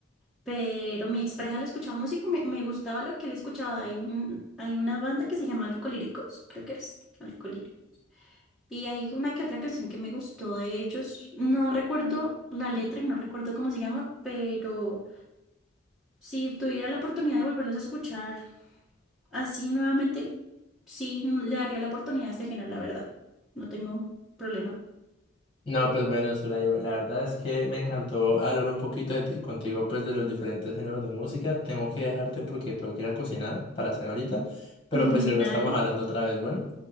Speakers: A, in the centre; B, on the left.
A: Pero mi expareja le escuchaba música, me, me gustaba lo que él escuchaba. Hay un, hay una banda que se llama Alcolíricos, creo que eres, Alcolíricos. Y hay una que otra canción que me gustó de ellos. No recuerdo la letra y no recuerdo cómo se llama, pero si tuviera la oportunidad de volverlos a escuchar así nuevamente, sí le daría la oportunidad a este género, la verdad. No tengo problema.
B: No, pues bueno, Zulay, la verdad es que me encantó hablar un poquito de ti- contigo, pues de los diferentes géneros de música. Tengo que dejarte porque tengo que ir a cocinar para cenar ahorita, pero
A: <laughs> Ujú.
B: pues luego
A: Dale.
B: estamos hablando otra vez. Bueno,